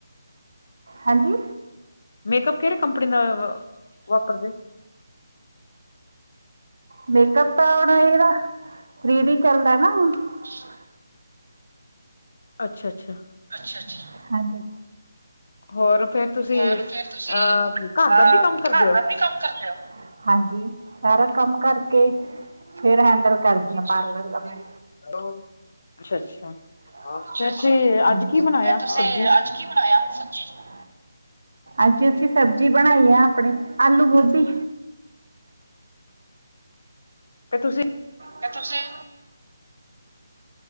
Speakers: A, on the right (about 70°); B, on the left (about 45°).
A: ਹਾਂਜੀ
B: ਮੇਕਅਪ ਕਿਹੜੀ ਕੰਪਨੀ ਦਾ ਵਾਰਤਦੇ?
A: ਮੇਅਕਪ ਤਾਂ ਹੁਣ ਇਹਦਾ ਥਰੀ ਡੀ ਚੱਲਦਾ ਨਾ ਹੁਣ। ਹਮ
B: ਅੱਛਾ ਅੱਛਾ।
A: ਅੱਛਾ ਅੱਛਾ, ਹਾਂਜੀ।
B: ਹੋਰ ਫੇਰ ਤੁਸੀਂ
A: ਹੋਰ ਫੇਰ ਤੁਸੀਂ
B: ਅਹ
A: ਅਹ
B: ਘਰ ਦਾ ਵੀ ਕੰਮ ਕਰਦੇ
A: ਘਰ
B: ਹੋ
A: ਦਾ ਵੀ ਕੰਮ ਕਰਦੇ ਹੋ? ਹਾਂਜੀ, ਸਾਰਾ ਕੰਮ ਕਰਕੇ ਫੇਰ ਹੈਂਡਲ ਕਰਦੀ ਹਾਂ ਪਾਰਲਰ ਦਾ ਮੈਂ।
B: ਉਹ ਅੱਛਾ।
A: ਅੱਛਾ
B: ਫੇਰ ਤੁਸੀਂ ਅੱਜ
A: ਹਾਂਜੀ
B: ਕੀ ਬਣਾਇਆ
A: ਫੇਰ ਤੁਸੀਂ
B: ਸਬਜ਼ੀ
A: ਅੱਜ ਕੀ ਬਣਾਇਆ ਸਬਜੀ ਵਿੱਚ? ਅੱਜ ਅਸੀਂ ਸਬਜ਼ੀ ਬਣਾਈ ਆ ਆਪਣੀ ਆਲੂ ਗੋਭੀ।
B: ਫਿਰ ਤੁਸੀਂ।
A: ਤੇ ਤੁਸੀਂ